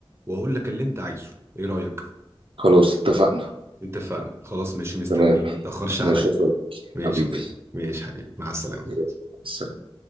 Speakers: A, on the right (about 25°); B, on the right (about 60°).
A: واقول لك اللي انت عايزه ايه رايك
B: خلاص اتفقنا
A: اتفقنا خلاص ماشي مستنيك
B: تمام
A: متاخرش
B: ماشي
A: عليا
B: يا صديقي
A: ماشي
B: حبيبي
A: يا صديقي ماشي حبيبي مع السلامه
B: يلا، سلام